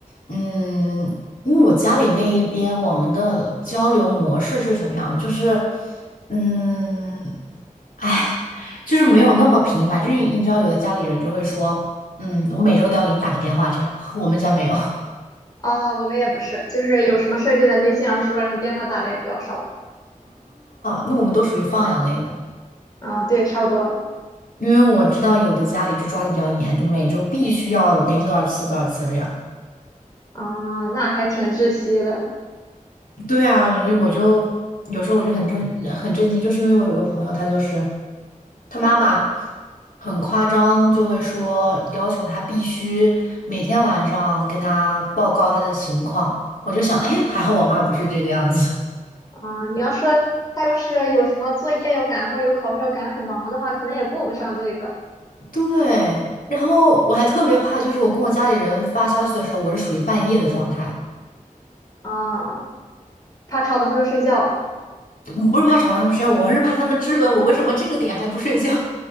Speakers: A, on the left; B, on the left.
A: 嗯，因为我家里那一边我们的交流模式是什么样？就是，嗯，哎，就是没有那么频繁。就是你知道，有的家里人就会说，嗯，我每周都要给你打个电话这样。<laughs> 我们家没有啊，
B: 哦，我们也不是，就是有什么事儿就在微信上说，然后电话打的也比较少。
A: 那我们都属于放养类的，
B: 嗯，对，差不多。
A: 因为我知道有的家里就抓的比较严，就每周必须要联系多少次多少次这样。
B: 嗯，那还挺窒息的。
A: 对啊，所以我就有时候我就很震很震惊，就是因为我有个朋友，他就是他妈妈很夸张，就会说要求他必须每天晚上跟他报告他的情况。我就想，哎，还好我妈不是这个样子。
B: 嗯，你要说他要是有什么作业要赶或者有考试要赶，很忙的话，可能也顾不上这个。
A: <laughs> 对，然后我还特别怕，就是我跟我家里人发消息的时候，我是属于半夜的状态，
B: 啊、怕吵到他们睡觉。
A: 嗯不是怕吵他们睡觉，我是怕他们质问我为什么这个点还不睡觉。